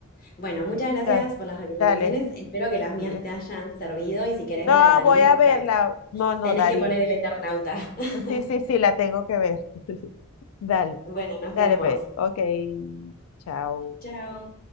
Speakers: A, on the left; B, on the left.
A: Bueno, muchas gracias
B: Ya,
A: por las recomendaciones.
B: Dale.
A: Espero que las mías
B: <laughs>
A: te hayan servido. Y si querés
B: No,
A: ver a Darín,
B: voy a
A: ya
B: verla.
A: sabes,
B: No, no,
A: tenés
B: Darín.
A: que poner el Eternauta. <laughs>
B: Sí, sí, sí, la tengo que ver. <laughs> Dale,
A: Bueno, nos
B: dale,
A: vemos.
B: pues. Ok, chao.
A: Chao.